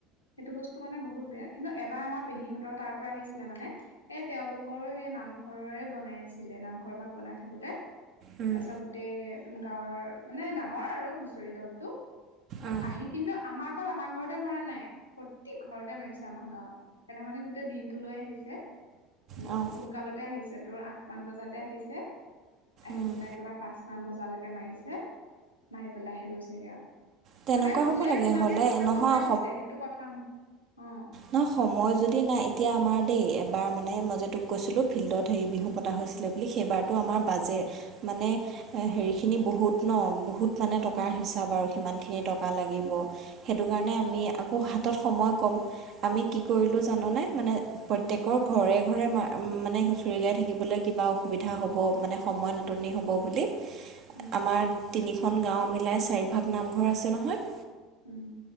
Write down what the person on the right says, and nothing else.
উম
উম
অঁ
উম
তেনেকুৱা
হ'ব লাগে
হ'লে নহয়
ন সময় যদি নাই এতিয়া আমাৰ দেই এবাৰ মানে মই যে তোক কৈছিলোঁ। ফিল্ডত হেই বিহু
পতা হৈছিলে। বুলি সেইবাৰটো আমাৰ বাজে মানে এ হেৰিখিনি বহুত ন বহুত। মানে
টকাৰ হিচাপ আৰু সিমান। খিনি টকা লাগিব, সেটো কাৰণে আমি আকৌ হাতত সময় ক'ম। আমি কি কৰিলো জানানে মানে প্ৰত্যেকৰ।
ঘৰে-ঘৰে মা মানে হুঁচৰি গাই থাকিবলে কিবা অসুবিধা হ'ব মানে সময় নাটনি হ'ব বুলি।
আমাৰ তিনিখন গাঁও মিলাই চাৰিভাগ নামঘৰ আছে নহয়।